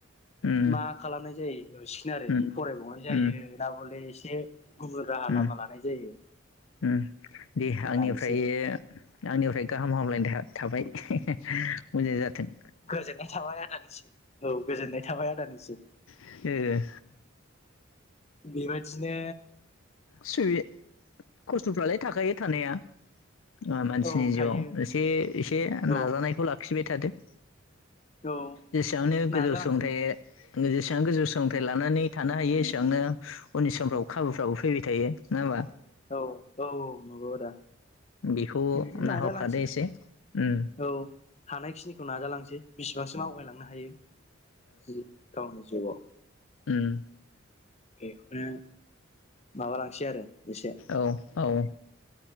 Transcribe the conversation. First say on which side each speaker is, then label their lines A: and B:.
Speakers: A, on the left; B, on the left.
A: उम
B: मा खालामनाय जायो नुसै नुसिगोन आरो
A: उम
B: फरायबावनाय जायो
A: उम
B: ना बले एसे गुबुन राहा
A: उम
B: लामा लानाय जायो।
A: उम दे आंनिफ्रायो
B: नायनोसै
A: बे आंनिफ्राय गाहाम हामलायनाय था-थाबाय मोजां जाथों।
B: गोजोननाय थाबाय औ गोजोननाय थाबाय आदानिसिम
A: ओ
B: बेबायदिनो
A: सुइ खस्थ'फ्रालाय थाखायो थानाया। मानसिनि
B: औ थायो
A: जिउआव एसे एसे
B: औ
A: नाजानायखौ लाखिबाय थादो।
B: औ
A: जेसेयावनो
B: नाजालांसै
A: गोजौ सुंथायो। जेसेबां गोजौ सोलोंथाइ लानानै थानो हायो एसेबांनो उननि समफ्राव खाबुफ्राबो फैबाय थायो। नंङा होमबा?
B: औ औ औ नंगौ आदा।
A: बेखौ
B: बिदिनो नाजालांसै
A: नाहरखादो एसे उम।
B: औ हानायखिनिखौ नाजालांसै बिसिबांसो आवगायलांनो हायो जि गावनि जिउआव
A: उम।
B: बेखौनो माबालांसै आरो एसे
A: औ औ